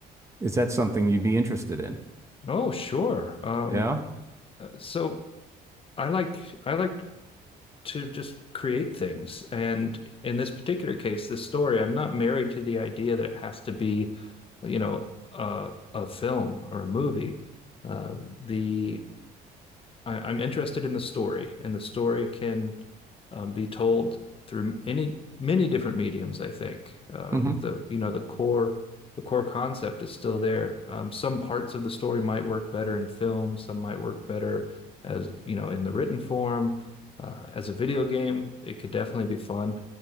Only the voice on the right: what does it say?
is that something you'd be interested in?
Yeah.
hmm